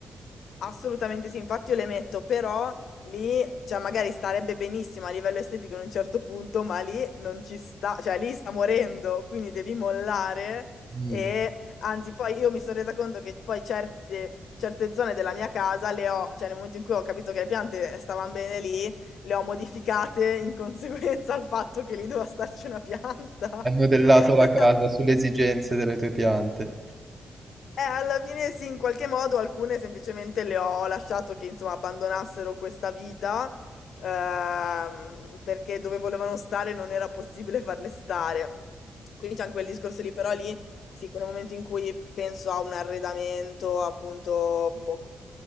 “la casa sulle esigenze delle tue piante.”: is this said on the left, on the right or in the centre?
Right